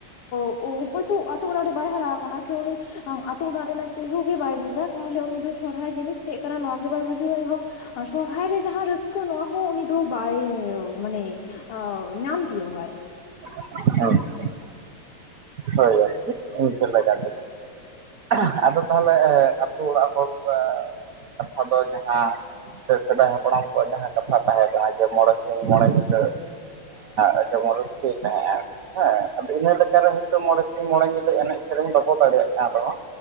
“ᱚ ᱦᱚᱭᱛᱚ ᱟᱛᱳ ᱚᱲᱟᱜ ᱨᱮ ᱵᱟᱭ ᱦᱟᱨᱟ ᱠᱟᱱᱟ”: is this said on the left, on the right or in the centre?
Left